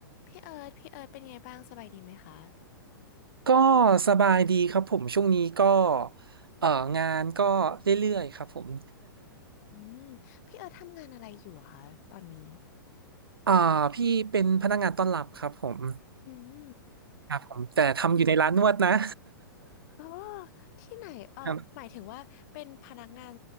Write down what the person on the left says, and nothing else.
พี่เอิร์ธพี่เอิร์ธเป็นไงบ้างสบายดีไหมคะ
อืมพี่เอิร์ธทำงานอะไรอยู่อะคะตอนนี้
อืม
อ๋อที่ไหนเออหมายถึงว่าเป็นพนักงาน